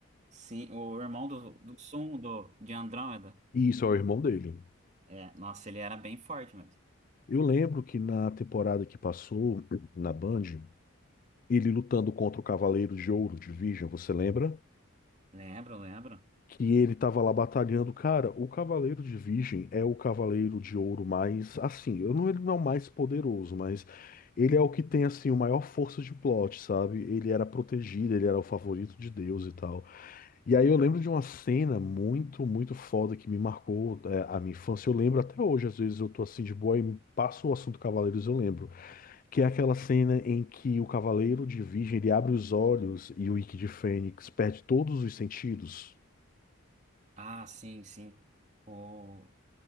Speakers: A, on the right; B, on the left.
A: sim, o irmão do, do Sun, do, de Andrômeda.
B: E isso é o irmão dele.
A: É, nossa, ele era bem forte mesmo.
B: Eu lembro que na temporada que passou na Band, ele lutando contra o Cavaleiro de Ouro de Virgem, você lembra?
A: Lembro, lembro.
B: que ele tava lá batalhando. Cara, o Cavaleiro de Virgem é o Cavaleiro de Ouro mais, assim, eu não, ele não é o mais poderoso, mas ele é o que tem, assim, o maior força de plot, sabe? Ele era protegido, ele era o favorito de Deus e tal. E aí eu lembro de uma cena muito, muito foda que me marcou, é, a minha infância. Eu lembro até hoje, às vezes eu tô assim de boa e passo o assunto Cavaleiros, eu lembro. Que é aquela cena em que o Cavaleiro de Virgem, ele abre os olhos e o Ikki de Fênix perde todos os sentidos.
A: Ah, sim, sim. O-